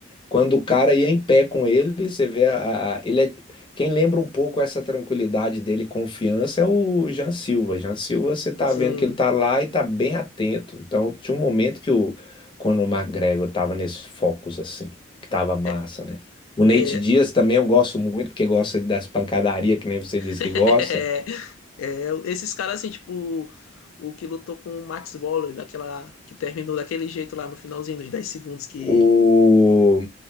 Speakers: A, on the left (about 25°); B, on the left (about 80°).
A: Quando o cara ia em pé com ele, você vê a, a- ele é, quem lembra um pouco essa tranquilidade dele, confiança, é o Jean Silva. Jean Silva, você tá
B: sim
A: vendo que ele tá lá e tá bem atento. Então, tinha um momento que o Conor McGregor tava nesse focus assim, que tava massa,
B: é,
A: né? O Nate
B: é,
A: Diaz também eu gosto muito, porque gosta das pancadarias, que nem você disse
B: <laughs>
A: que gosta.
B: É, é, esses caras, assim, tipo, o que lutou com o Max Waller, daquela, que terminou daquele jeito lá no finalzinho dos 10 segundos, que
A: O